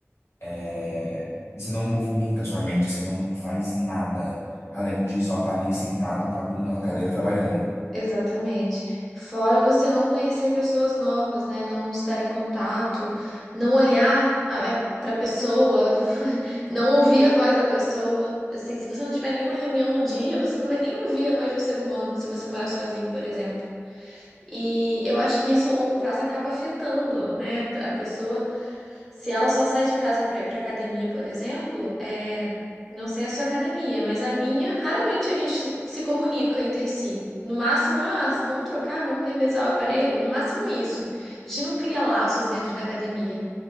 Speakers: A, on the left; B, in the centre.
A: É, você não movimenta a sua mente, você não faz nada além de só estar ali sentado com a bunda na cadeira trabalhando.
B: Exatamente. Fora você não conhecer pessoas novas, né? Não estar em contato, não olhar para a pessoa, <laughs> não ouvir a voz da pessoa. Assim, se você não tiver nenhuma reunião no dia, você não vai nem ouvir a voz de um ser humano, se você morar sozinho, por exemplo. E eu acho que isso a longo prazo acaba afetando, né? A pessoa se ela só sai de casa para ir para academia, por exemplo, é... não sei a sua academia, mas a minha, raramente a gente se se comunica entre si. No máximo, ah, vamos trocar, vamos revezar o aparelho, no máximo isso. A gente não cria laços dentro da academia.